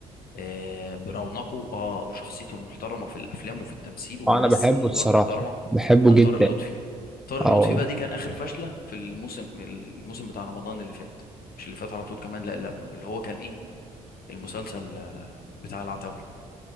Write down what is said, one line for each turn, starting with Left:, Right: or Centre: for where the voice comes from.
Left: آه، برونقه اه وشخصيته المحترمه في الافلام وفي التمثيل وبيمثل
Centre: وانا بحبه
Left: ادوار
Centre: الصراحه
Left: محترمه
Centre: بحبه
Left: كان
Centre: جدا
Left: طارق لطفي طارق
Centre: اه
Left: لطفي
Centre: والله
Left: بقى دي كان اخر فشله في الموسم الموسم بتاع رمضان اللي فات مش اللي فات على طول كمان لا اللي قبله اللي هو كان ايه المسلسل آه، بتاع العتاوله